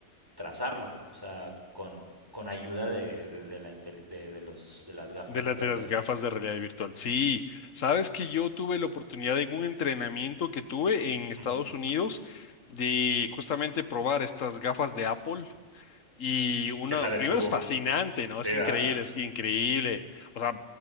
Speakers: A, on the right; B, on the left.
A: trazarlo, o sea, con, con ayuda de, de, de la, intel- de, de los, de las gafas
B: De
A: estas
B: las de las
A: de...
B: gafas de realidad virtual. Sí, sabes que yo tuve la oportunidad de un entrenamiento que tuve en Estados
A: Ujú.
B: Unidos de justamente probar estas gafas de Apple. Y una,
A: ¿Qué tal estuvo?
B: primero es fascinante, ¿no?
A: Sí,
B: Es
A: ¿verdad?
B: increíble, es increíble. O sea,